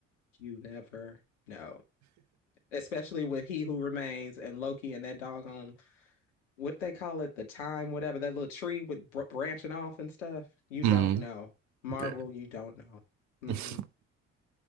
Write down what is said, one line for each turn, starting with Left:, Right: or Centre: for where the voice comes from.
Left: you never know, especially with He Who Remains and Loki and that doggone what they call it, the time, whatever that little tree with br- branching off and stuff. You
Right: Mm.
Left: don't know, Marvel.
Right: Fair.
Left: You don't know. Mm-hmm.
Right: <laughs>